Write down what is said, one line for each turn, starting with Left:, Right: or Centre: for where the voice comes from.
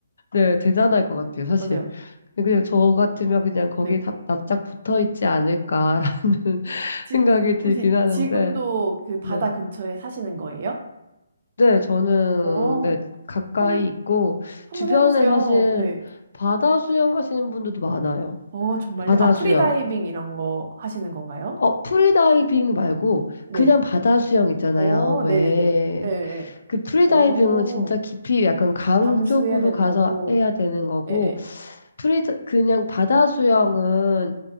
Left: 네, 대단할 것 같아요, 사실.
Right: 맞아요.
Left: 그냥 저 같으면 그냥 거기에
Right: 네.
Left: 납- 납작 붙어 있지 않을까라는 <laughs>
Right: 지,
Left: 생각이 들긴
Right: 혹시
Left: 하는데,
Right: 지금도 그 바다
Left: 네.
Right: 근처에 사시는 거예요?
Left: 네, 저는,
Right: 어,
Left: 네, 가까이
Right: 한번,
Left: 있고,
Right: 한번
Left: 주변에
Right: 해보세요.
Left: 사실
Right: 네.
Left: 바다 수영하시는 분들도 많아요.
Right: 어, 정말요?
Left: 바다
Right: 아, 프리다이빙
Left: 수영.
Right: 이런 거 하시는 건가요?
Left: 어, 프리다이빙 말고,
Right: 네.
Left: 그냥 바다 수영 있잖아요.
Right: 어,
Left: 왜?
Right: 네네네. 예, 예.
Left: 그 프리다이빙은
Right: 어,
Left: 진짜 깊이 약간 강
Right: 담수해야
Left: 쪽으로
Right: 되는
Left: 가서
Right: 거고.
Left: 해야 되는 거고,
Right: 예, 예.
Left: 프리, 그냥 바다 수영은